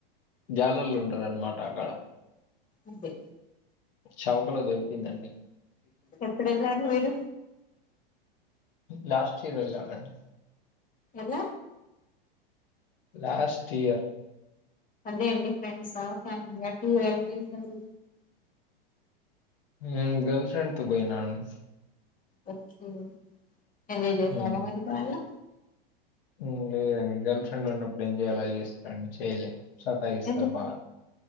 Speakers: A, on the left; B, on the left.
A: జాలర్లు ఉంటారు అన్నమాట అక్కడ
B: అదే
A: చౌకలో దొరికిదండి
B: ఎప్పుడెళ్లారు మీరు
A: లాస్ట్ ఇయర్ వెళ్ళాం అండి
B: ఎలా
A: లాస్ట్ ఇయర్
B: అదే అండి ఫ్రెండ్సా ఫ్యామిలీ త్రు ఎలా ఏళ్ళరు
A: ఉమ్ గర్ల్ ఫ్రెండ్తో పోయినండి
B: ఒకే ఎంజాయ్ చేశారా
A: ఉమ్,
B: మరి బాగా
A: ఉమ్ లేదండి గర్ల్ ఫ్రెండ్ ఉన్నప్పుడు ఎంజాయ్ ఎలా చేస్తారండి చేయలే సతాయిస్తరు
B: ఎందు
A: బాగా